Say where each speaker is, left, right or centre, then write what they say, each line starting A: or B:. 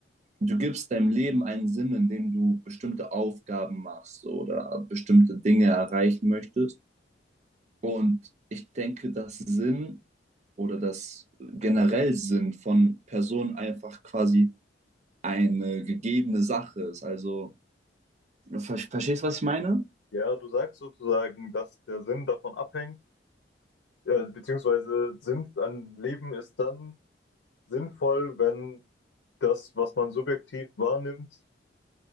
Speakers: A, on the right; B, on the left.
A: du gibst deinem Leben einen Sinn, indem du bestimmte Aufgaben machst oder bestimmte Dinge erreichen möchtest. Und ich denke, dass Sinn oder das generell Sinn von Personen einfach quasi eine gegebene Sache ist. Also, ver verstehst du, was ich meine?
B: Ja, du sagst sozusagen, dass der Sinn davon abhängt, äh, beziehungsweise Sinn an Leben ist dann sinnvoll, wenn das, was man subjektiv wahrnimmt,